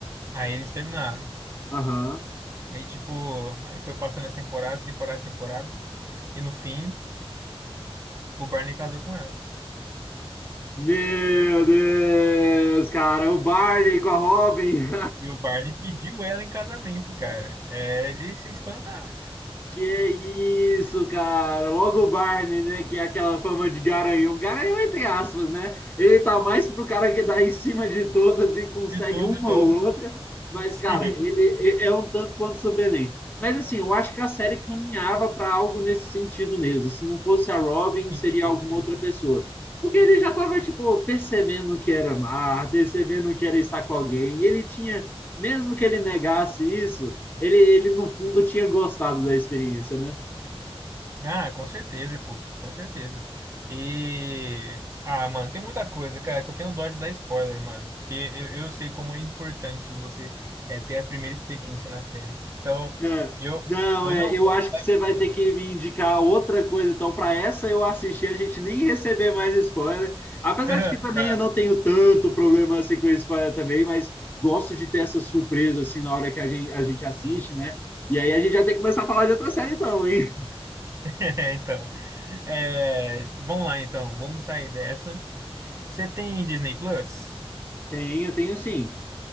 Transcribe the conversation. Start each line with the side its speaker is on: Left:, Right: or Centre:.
Right: Aí eles terminaram.
Left: Aham.
Right: Aí, tipo, aí foi passando as temporadas, temporadas, temporadas, e no fim, o Barney casou com ela.
Left: Meu Deus, cara, o Barney com a Robin. <laughs>
Right: E o Barney pediu ela em casamento, cara. É de se espantar.
Left: Que isso, cara. Logo o Barney, né? Que é aquela fama de garanhão. Garanhão, entre aspas, né? Ele tá mais pro cara que dá em cima de todas e consegue
Right: De tudo
Left: uma
Right: e todos.
Left: ou outra.
Right: <laughs>
Left: Mas,
Right: Sim.
Left: cara, ele é é um tanto quanto surpreendente. Mas, assim, eu acho que a série caminhava para algo nesse sentido mesmo. Se não fosse a Robin,
Right: Enfim,
Left: seria alguma
Right: é.
Left: outra pessoa. Porque ele já tava, tipo, percebendo que era amar, percebendo que era estar com alguém. E ele tinha, mesmo que ele negasse isso ele, ele, no fundo, tinha gostado da experiência, né?
Right: Ah, com certeza, pô. Com certeza. E. Ah, mano, tem muita coisa, cara, que eu tenho dó de dar spoiler, mano. Porque eu, eu sei como é importante você é, ter a primeira experiência na série. Então,
Left: É,
Right: eu,
Left: não,
Right: eu
Left: é,
Right: não
Left: eu
Right: vou
Left: acho
Right: te dar
Left: que você
Right: spoiler.
Left: vai ter que me indicar outra coisa. Então, para essa eu assistir, a gente nem receber mais spoiler. Apesar
Right: <laughs>
Left: de que também
Right: Tá.
Left: eu não tenho tanto problema assim com spoiler também, mas gosto de ter essa surpresa assim na hora que a gente, a gente assiste,
Right: Sim, sim.
Left: né? E aí a gente já tem que começar a falar de outra série, então, hein?
Right: <laughs> Então, é, vamos lá então, vamos sair dessa. Você tem Disney Plus?
Left: Tenho, tenho sim.